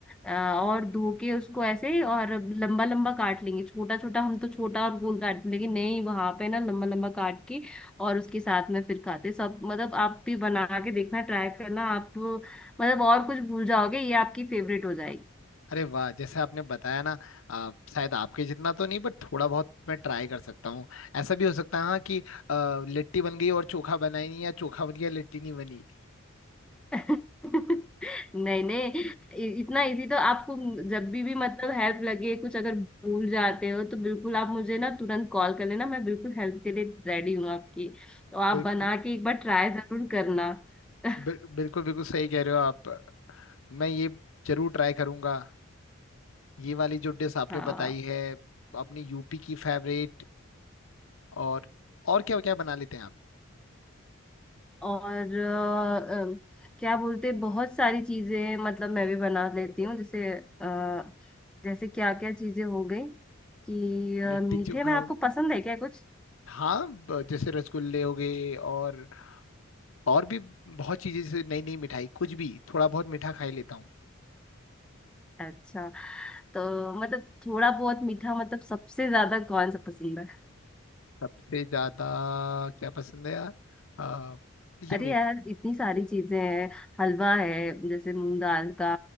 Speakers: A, in the centre; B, on the left (about 70°).
A: अ, और धो के उसको ऐसे और लंबा लंबा काट लेंगे छोटा छोटा हम तो छोटा और गोल काट लेंगे नहीं वहां पे ना लंबा लंबा काट के और उसके साथ में फिर खाते सब मतलब आप भी बना के देखना ट्राई करना आप मतलब और कुछ भूल जाओगे ये आपकी फेवरेट हो जाएगी
B: अरे वाह जैसे आपने बताया ना आप शायद आपके जितना तो नहीं बट थोड़ा बहुत मैं ट्राई कर सकता हूँ ऐसा भी हो सकता है हाँ कि अ, लिट्टी बन गई और चोखा बना ही नहीं या चोखा बन गया लिट्टी नहीं बनी
A: <laughs> नहीं नहीं इ- इतना इजी तो आपको जब भी भी मतलब हेल्प लगे कुछ अगर भूल जाते हो तो बिल्कुल आप मुझे ना तुरंत कॉल कर लेना मैं बिल्कुल हेल्प के लिए रेडी हूँ आपकी तो आप
B: बिल्कुल
A: बना के एक बार ट्राई जरूर करना <laughs>
B: बिल, बिल्कुल बिल्कुल सही कह रहे हो आप मैं ये जरूर ट्राई करूंगा ये वाली जो डिश आपने
A: हाँ
B: बताई है अपनी यूपी की फेवरेट और और क्या क्या बना लेते हैं आप
A: और अ, अम, क्या बोलते बहुत सारी चीजें मतलब मैं भी बना लेती हूँ जैसे अ, जैसे क्या क्या चीजें हो गई कि अ,
B: लिट्टी
A: मीठे
B: चोखा
A: में आपको
B: हो
A: पसंद है क्या कुछ
B: हाँ ब- जैसे रसगुल्ले हो गए और और भी बहुत चीजें जैसे नई नई मिठाई कुछ भी थोड़ा बहुत मीठा खा ही लेता हूँ
A: अच्छा तो मतलब थोड़ा बहुत मीठा मतलब सबसे ज्यादा कौन सा पसंद है
B: सबसे ज्यादा क्या पसंद है यार आ, ये
A: अरे
B: मीट
A: यार इतनी सारी चीजें हैं हलवा है जैसे मूंग दाल का